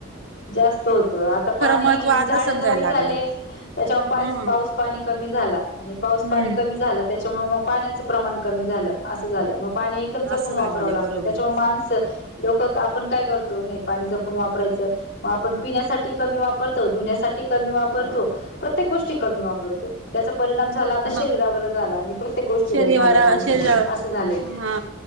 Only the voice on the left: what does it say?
जास्त होत आता पाणी
झाड
कमी
झाले. त्याच्यामुळे पा
पाऊस पाणी कमी झाला आणि पाऊस
पाणी कमी झाला. त्याच्यामुळे मग पाण्याचं प्रमाण कमी झालं असं झालं मगं पाणी एकदम जपून
वापरावं
लागतं
त्याच्यामुळे माणसं लोक आपण काय करतो नाही पाणी जपून वापरायचं. मग आपण पिण्यासाठी कमी वापरतो, धुण्यासाठी कमी वापरतो. प्रत्येक गोष्टी कमी वापरतो त्याचा परिणाम झाला आता
शरीरावर झाला आणि प्रत्येक गोष्टीवर
झालाय माणसाच्या
असं झालंय ते.